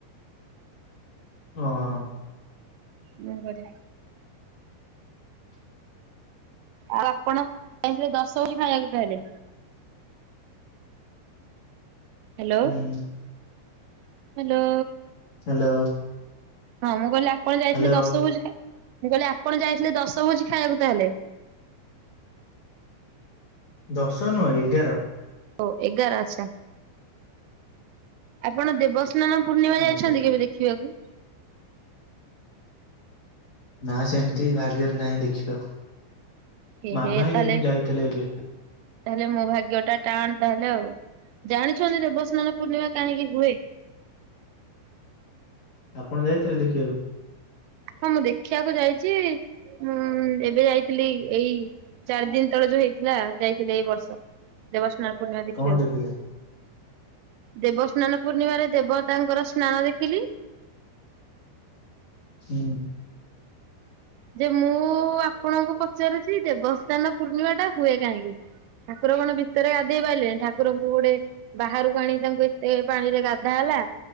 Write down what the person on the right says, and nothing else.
ମୁଁ ଘରେ। ଆଉ ଆପଣ ଯାଇଥିଲେ ଦଶ ଭୋଜି ଖାଇବାକୁ ତାହେଲେ? ହ୍ୟାଲୋ
ହ୍ୟାଲୋ।
ହଁ ମୁଁ କହିଲି ଆପଣ ଯାଇଥିଲେ
ଦଶ ଭୋଜି ଖା ମୁଁ କହିଲି ଆପଣ ଯାଇଥିଲେ ଦଶ ଭୋଜି ଖାଇବାକୁ ତାହେଲେ?
ଓ ଏଗାର ଆଛା, ଆପଣ ଦେବସ୍ନାନ ପୂର୍ଣ୍ଣିମା ଯାଇଛନ୍ତି
କେବେ ଦେ ଖିଆକୁ
ଏହେ
ତାହେଲେ
ତାହେଲେ
ମୋ ଭାଗ୍ୟ ଟା ଟାଣ ତାହେଲେ ଆଉ। ଜାଣିଛନ୍ତି ଦେବସ୍ନାନ ପୂର୍ଣ୍ଣିମା କାହିଁକି ହୁଏ?
ହଁ ମୁଁ ଦେଖିବାକୁ ଯାଇଛି ଉଁ ଏବେ ଯାଇଥିଲି ଏଇ ଚାରି ଦିନ ତଳେ ଯୋଉ ହେଇଥିଲା ଯାଇଥିଲି ଏଇ ବର୍ଷ ଦେବସ୍ନାନ ପୂର୍ଣ୍ଣିମା ଦେଖିବାକୁ।
ଦେବସ୍ନାନ ପୂର୍ଣ୍ଣିମାରେ ଦେବତାଙ୍କର ସ୍ନାନ ଦେଖିଲି।
ଯେ ମୁଁ ଆପଣଙ୍କୁ ପଚାରୁଛି ଦେବସ୍ନାନ ପୂର୍ଣ୍ଣିମା ଟା ହୁଏ କାହିଁକି? ଠାକୁର କଣ ଭିତେରେ ଗାଧେଇ ପାଇଲେଣି ଠାକୁରଙ୍କୁ ଗୋଟେ ବାହାରୁକୁ ଆଣିକି ତାଙ୍କୁ ଏତେ ପାଣିରେ ଗାଧା ହେଲା।